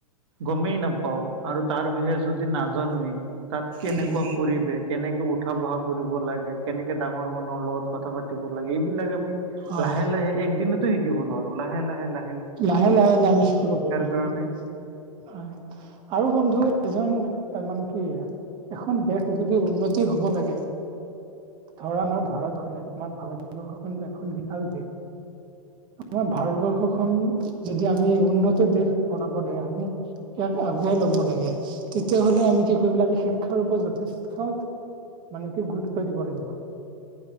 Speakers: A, on the right (about 45°); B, on the right (about 25°).
A: গমেই নাপাওঁ আৰু তাৰ বিষয়ে যদি নাজানোৱেই, তাত কেনেকুৱা
B: উম,
A: পৰিবেশ, কেনেকে উঠা-বহা কৰিব লাগে? কেনেকে ডাঙৰ মানুহৰ লগত কথা পাত তিব লাগে। এইবিলাক আমি
B: হয়,
A: লাহে লাহে, একদিনতো শিকিব নোৱাৰোঁ। লাহে - লাহে লা
B: লাহে লাহে আমি শিকিব পাৰিম
A: কাৰণে
B: হয় হয়। আৰু বন্ধু এজন মানে কি এ এখন দেশ যদি উন্নতি হ'ব লাগে ধৰা আমাৰ ভাৰতখনে, আমাৰ ভাৰত <unintelligible> এখন বিশাল দেশ। আমাৰ ভাৰতবৰ্ষখন যদি আমি উন্নত দেশ বনাব লাগে আমি ইহঁতে আগুৱাই ল'ব লাগে। তেতিয়াহলে আমি কি কৰিব লাগিব? আমি শিক্ষাৰ ওপৰত যথেষ্ট মানে কি? গুৰুত্ব দিব লাগিব।